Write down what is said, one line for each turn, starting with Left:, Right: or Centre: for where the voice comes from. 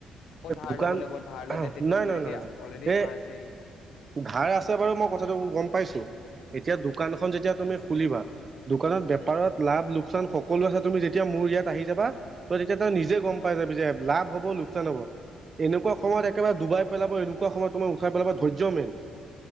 Left: আকৌ ধাৰ
Right: দোকান
Left: ল'ব লাগিব ধাৰ ল'লে টেটুগুৰিলৈকে
Right: নহয়-নহয়-নহয়-নহয়।
Left: অলৰেডি
Right: এই
Left: ধাৰ আছেই।
Right: ধাৰ আছে বাৰু মই কথাটো গম পাইছোঁ। এতিয়া দোকানখন যেতিয়া তুমি খুলিবা, দোকানত বেপাৰত
Left: উম,
Right: লাভ লোক লোকচান সকলো <unintelligible> তুমি যেতিয়া মোৰ ইয়াত আহি যাবা তই তেতিয়া তই
Left: উম,
Right: নিজে গম পাই যাবি যে লাভ হ'ব লোক টান হ'ব। এনেকুৱা সময়ত একেবাৰে ডুবাই পেলাব, এনেকুৱা সময়ত তোমাৰ উঠাই পেলাব, ধৈৰ্য মেইন।